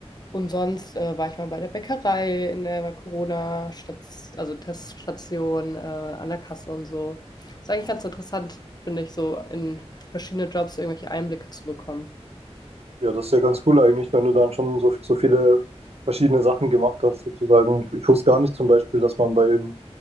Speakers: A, on the left; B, on the right.
A: Und sonst äh, war ich mal bei der Bäckerei in der Corona-Station, also Teststation, äh, an der Kasse und so ist eigentlich ganz interessant, finde ich, so in verschiedene Jobs so irgendwelche Einblicke zu bekommen.
B: Ja, das ist ja ganz cool eigentlich, wenn du dann schon so, so viele verschiedene Sachen gemacht hast, sozusagen. Ich, ich wusste gar nicht zum Beispiel, dass man beim